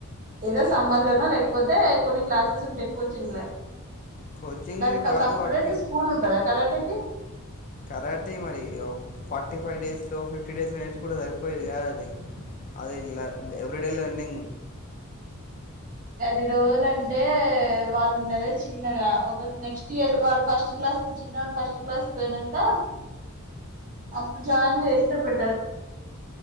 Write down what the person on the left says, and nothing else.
కోచింగ్లు
కాదు
వాటికి
కరటె మరి ఫార్టీ ఫైవ్ డేస్ లో ఫిఫ్టీ డేస్ లో నేర్చుకుంటే సరిపోయేది కాద అది అది ఇలా ఎవ్రిడే లర్నింగ్